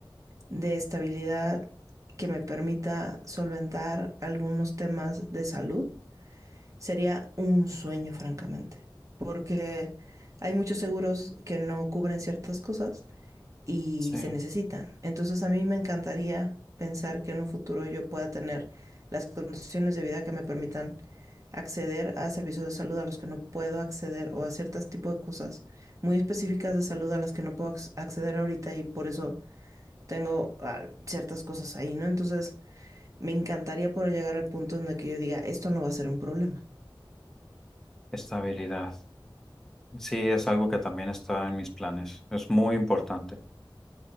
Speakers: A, on the right (about 40°); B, in the centre.
A: de estabilidad que me permita solventar algunos temas de salud. Sería un sueño, francamente, porque hay muchos seguros que no cubren ciertas cosas y
B: Sí,
A: se necesitan. Entonces a mí me encantaría pensar que en un futuro yo pueda tener las condiciones de vida que me permitan acceder a servicios de salud a los que no puedo acceder o a ciertos tipos de cosas muy específicas de salud a las que no puedo acceder ahorita y por eso tengo ah, ciertas cosas ahí, ¿no? Entonces me encantaría poder llegar al punto en el que yo diga, esto no va a ser un problema.
B: estabilidad. Sí, es algo que también está en mis planes, es muy importante.